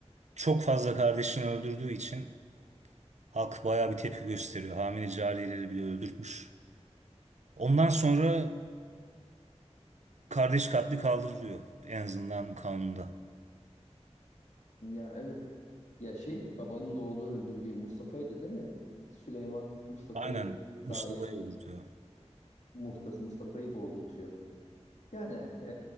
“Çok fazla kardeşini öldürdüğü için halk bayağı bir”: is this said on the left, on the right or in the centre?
Right